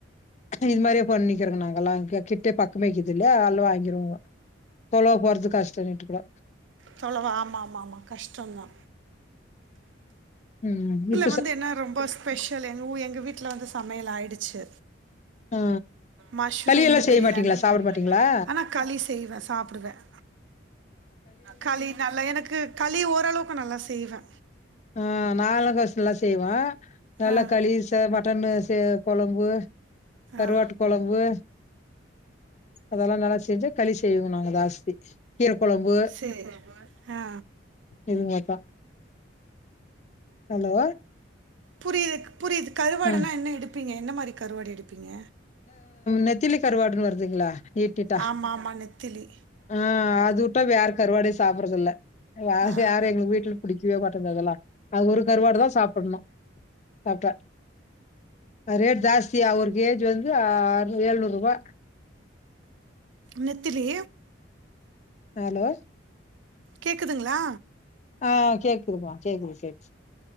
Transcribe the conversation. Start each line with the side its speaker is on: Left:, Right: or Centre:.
Left: இது மாதிரியே பண்ணிக்கிறோங்க நாங்க எல்லாம் கிட்டே பக்கமேக்குது இல்லயா அதெல்லாம் வாங்கிருவோங்க தொலவ போறது கஷ்டண்ணட்டு கூட
Right: தொளவா ஆமா-ஆமா-ஆமா கஷ்டம்தா
Left: உம் இ
Right: வந்து என்ன ரொம்ப ஸ்பெஷல் எ எங்கள் வீட்டில் வந்து சமயல் ஆயிடுச்சு
Left: ஆ.
Right: மஷ்ரூம்
Left: களி எல்லாம் செய்ய
Right: பிரியாணி
Left: மாட்டீங்களா? சாப்பிட மாட்டீங்களா?
Right: ஆனா களி செய்வேன் சாப்டுவேன் களி நல்லா எனக்கு களி ஓரளவுக்கு நல்லா செய்வே
Left: ஹா நாலங்கசம் எல்லா செய்வா நல்லா
Right: ஆ
Left: களிச மட்டனுச கொழம்பு கருவாட்டு
Right: ஆ
Left: கொழம்பு அதெல்லாம் நல்லா செஞ்ச கழி செய்வோ நாங்க ஜாஸ்தி கீர கொழம்பு
Right: சேரி ஆ
Left: இது மாரிதா ஹலோ
Right: புரியுதுக் புரியுது கருவாடுனா
Left: ஆ.
Right: என்ன எடுப்பீங்க என்ன மாதிரி கருவாடி எடுப்பீங்க
Left: நெத்திலி கருவாடுன்னு வருதுங்ளா நீட்-நீட்டா
Right: ஆமா ஆமா நெத்திலி
Left: ஹா அது உட்டா வேற கருவாடிய சாப்டறதில்ல வேற
Right: ஆ
Left: யாரும் எங்க வீட்ல பிடிக்கவே மாட்ட இந்ததெல்லாம் அது ஒரு கருவாடு தா சாப்புணும்சாப்ட்டா நெறைய டாஸ்சியா அவுருக்கு இது வந்து அர்னுரு எழுநூறு ரூபா
Right: நெத்திலி
Left: ஹலோ
Right: கேக்குதுங்ளா
Left: ஆ கேக்குதுமா கேக்குது கேக்குது.